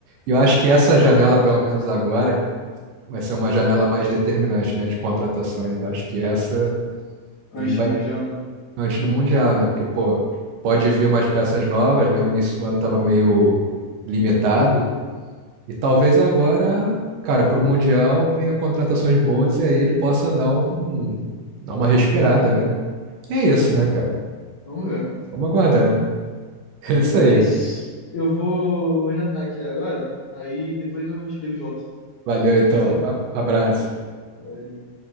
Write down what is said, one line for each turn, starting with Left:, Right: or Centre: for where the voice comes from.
Right: E eu acho que essa janela, pelo menos agora, vai ser uma janela mais determinante, né, de contratações. Acho que essa
Left: Antes
Right: ele vai
Left: do Mundial, né?
Right: antes do Mundial, né? Porque, pô, pode vir umas peças novas, né? O início do ano estava meio limitado. E talvez agora, cara, para o Mundial venha contratações boas e aí ele possa dar um, dar uma respirada, né? E é isso,
Left: Não.
Right: né, cara?
Left: Vamos ver.
Right: Vamos aguardar. <laughs> É isso aí.
Left: É isso. Eu vou, vou jantar aqui agora, aí depois eu te ligo de volta.
Right: Valeu, então.
Left: Pode
Right: A- Abraço.
Left: ser?